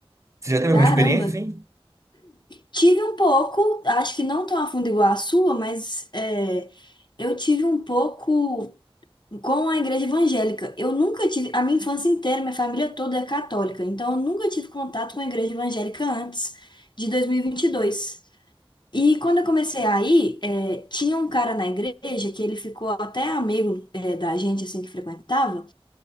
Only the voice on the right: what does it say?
Você já teve alguma
experiência, assim?